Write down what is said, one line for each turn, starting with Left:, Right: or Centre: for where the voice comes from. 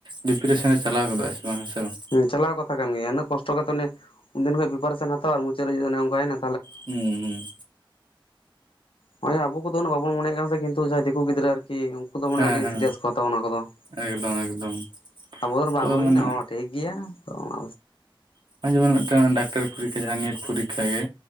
Right: ᱰᱤᱯᱟᱨᱮᱥᱮᱱᱮ ᱪᱟᱞᱟᱣ ᱜᱚᱫᱚᱜ ᱟᱭ ᱥᱮ ᱵᱟᱝ ᱦᱮᱸᱥᱮ ᱵᱟᱝ᱾
Left: ᱦᱮ ᱪᱟᱞᱟᱣ ᱠᱟᱛᱷᱟ ᱜᱮᱭᱟ, ᱩᱱᱟᱹ ᱠᱚᱥᱴᱚ ᱠᱟᱛᱮ ᱩᱱᱤ ᱩᱱᱫᱤᱱ ᱠᱷᱚᱱᱚᱡ ᱯᱤᱯᱟᱨᱮᱥᱮᱱ ᱦᱟᱛᱣᱟ ᱟᱨ ᱢᱩᱪᱟᱹᱫ ᱨᱮ ᱡᱩᱫᱤ ᱚᱱᱮᱚᱱᱠᱟ ᱮᱱᱟ᱾
Right: ᱦᱩᱸ ᱦᱩᱸ,
Left: ᱱᱚᱜᱭ ᱟᱵᱚ ᱫᱚᱫᱚ ᱩᱱᱟᱹ ᱵᱟᱵᱚᱱ ᱢᱚᱱᱮᱭᱟᱜ ᱠᱟᱱᱟ ᱠᱤᱱᱛᱩ ᱡᱟᱦᱟᱸᱭ ᱫᱤᱠᱩ ᱜᱤᱫᱽᱨᱟᱹ ᱟᱨᱠᱤ ᱩᱱᱠᱩ ᱫᱚ ᱢᱟᱱᱮ
Right: ᱦᱮᱸ
Left: ᱟᱹᱰᱤ
Right: ᱦᱮᱸ
Left: ᱥᱤᱨᱤᱭᱟᱥ ᱠᱚ ᱦᱟᱛᱟᱣᱟ ᱚᱱᱟ ᱠᱚᱫᱚ᱾ᱟᱵᱚ
Right: ᱮᱠᱫᱚᱢ ᱮᱠᱫᱚᱢ
Left: ᱫᱚ ᱵᱟᱝ
Right: ᱛᱚ
Left: ᱦᱩᱭ
Right: ᱢᱟᱱᱮ
Left: ᱞᱮᱱᱟ ᱦᱚᱲ ᱴᱷᱤᱠ ᱜᱮᱭᱟ ᱛ ᱚᱱᱟ᱾
Right: ᱱᱚᱜ-ᱚᱭ ᱡᱮᱢᱚᱱ ᱢᱤᱫᱴᱟᱝ ᱰᱟᱠᱛᱟᱨᱤ ᱯᱚᱨᱤᱠᱠᱷᱟ ᱡᱟᱦᱟᱸ ᱱᱮᱴ ᱯᱚᱨᱤᱠᱠᱷᱟ ᱜᱮ